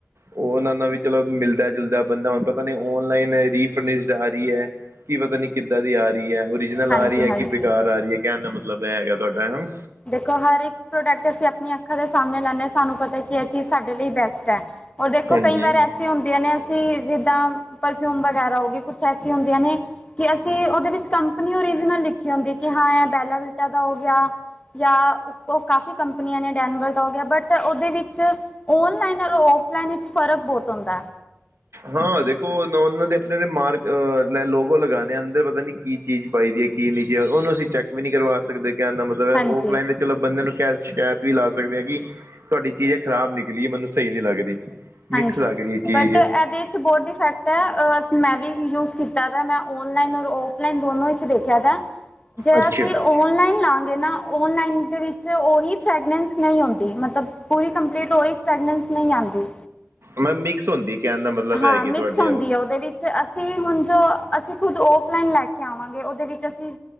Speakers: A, on the right; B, on the left.
A: ਉਹ ਦਾ ਵੀ ਚਲੋ ਮਿਲਦਾ ਜੁਲਦਾ ਬੰਦਾ ਹੁਣ ਪਤਾ ਨੀ। ਅਨਲਾਈਨ ਰੀ ਫਰਨੀਸ਼ਟ ਆ ਰਹੀ ਹੈ ਕੀ ਪਤਾ ਨੀ ਕਿੱਦਾਂ ਦੀ ਆ ਰਹੀ। ਓਰੀਜਨਲ
B: ਹਾਂਜੀ
A: ਆ ਰਹੀ ਹੈ ਕਿ
B: ਹਾਂਜੀ
A: ਬੇਕਾਰ ਆ ਰਹੀ ਹੈ ਕਹਿਣ ਦਾ ਮਤਲਬ ਇਹ ਹੈਗਾ ਤੁਹਾਡਾ ਹੈ।
B: ਦੇਖੋ ਹਰ ਇੱਕ ਪ੍ਰੋਡਕਟ ਅਸੀਂ ਆਪਣੀਆਂ ਅੱਖਾਂ ਦੇ ਸਾਹਮਣੇ ਲੈਂਦੇ ਹਾਂ ਸਾਨੂੰ ਪਤਾ ਕਿ ਇਹ ਚੀਜ਼ ਸਾਡੇ ਲਈ ਬੈਸਟ ਹੈ। ਔਰ ਦੇਖੋ
A: ਹਾਂਜੀ
B: ਕਈ ਵਾਰ ਐਸ। ਹੁੰਦੀਆਂ ਨੇ ਅਸੀਂ ਜਿੱਦਾਂ ਪਰਫਿਊਮ ਵਗੈਰਾ ਹੋ ਗਏ ਕੁਛ ਐਸੀ ਹੁੰਦੀਆਂ ਨੇ। ਕਿ ਅਸੀਂ ਉਹਦੇ ਵਿੱਚ ਕੰਪਨੀ ਓਰੀਜਨਲ ਲਿਖੀ ਹੁੰਦੀ ਕਿ ਹਾਂ ਇਹ ਬੇਲਾਵੀਟਾ ਦਾ ਹੋ ਗਿਆ। ਜਾਂ ਉਹ ਕਾਫੀ ਕੰਪਨੀਆਂ ਨੇ ਡੈਨਵਰ ਦਾ ਹੋ ਗਿਆ ਬਟ ਉਹਦੇ ਵਿੱਚ। ਔਨਲਾਈਨ ਔਰ ਔਫਲਾਈਨ ਵਿੱਚ ਫਰਕ ਬਹੁਤ ਹੁੰਦਾ।
A: ਹਾਂ ਦੇਖੋ ਉਹਨਾਂ ਦੇ ਆਪਣੇ ਮਾਰਗ ਅਹ ਲੈ ਲੋਗੋ ਲਗਾਣੇ ਹੁੰਦੇ ਆ ਅੰਦਰ ਪਤਾ ਨੀ। ਕੀ ਚੀਜ਼ ਪਾਈਦੀ ਹੈ ਕੀ ਨਹੀਂ ਚੀਜ਼ ਉਹਨੂੰ ਅਸੀਂ ਚੈੱਕ ਵੀ ਨਹੀਂ ਕਰਵਾ ਸਕਦੇ ਕਹਿਣ ਦਾ ਮਤਲਬ ਹੈ
B: ਹਾਂਜੀ
A: ਔਫਲਾਈਨ। ਚਲੋ ਬੰਦਿਆਂ ਨੂੰ ਕਹਿ ਸ਼ਿਕਾਇਤ ਵੀ ਲਾ ਸਕਦੇ ਹਾਂ ਕਿ ਤੁਹਾਡੀ ਚੀਜ਼ ਇਹ ਖਰਾਬ ਨਿਕਲੀ ਏ ਮੈਨੂੰ ਸਹੀ ਨੀ ਲੱਗ ਰਹੀ। ਮਿਕਸ
B: ਹਾਂਜੀ
A: ਲੱਗ ਰਹੀ ਹੈ ਚੀਜ਼
B: ਬਟ ਇਹਦੇ 'ਚ ਬਹੁਡ ਡੀਫੈਕਟ ਹੈ ਮੈਂ ਵੀ ਯੂਜ ਕੀਤਾ। ਜਿਆਦਾ ਮੈਂ ਔਨਲਾਈਨ ਔਰ ਔਫਲਾਈਨ ਦੋਨੋ ਵਿੱਚ ਦੇਖਿਆ ਤ ਜਿਹੜਾ
A: ਅੱਛਾ
B: ਅਸੀਂ, ਔਨਲਾਈਨ ਲਾਗੇ ਨਾ ਓਨਲਾਈਨ ਦੇ ਵਿੱਚ ਅਤੇ ਉਹ ਹੀ ਫਰੈਗਨੈਂਸ ਨਹੀਂ ਆਂਦੀ ਮਤਲਬ ਪੂਰੀ ਕੰਪਲੀਟ ਉਹੀ ਫਰੈਗਨੈਂਸ ਨਹੀਂ ਆਂਦੀ।
A: ਮੈਂ ਮਿਕਸ ਹੁੰਦੀ ਕਹਿਣ ਦਾ ਮਤਲਬ
B: ਹਾਂ
A: ਹੈਗੀ
B: ਮਿਕਸ
A: ਤੁਹਾਡਾ।
B: ਹੁੰਦੀ ਹੈ ਉਹਦੇ ਵਿੱਚ ਅਸੀਂ ਹੁਣ ਜੋ ਅਸੀਂ ਖੁਦ ਓਫਲਾਈਨ ਲੈ ਕੇ ਆਵਾਂਗੇ। ਉਹਦੇ ਵਿੱਚ ਅਸੀਂ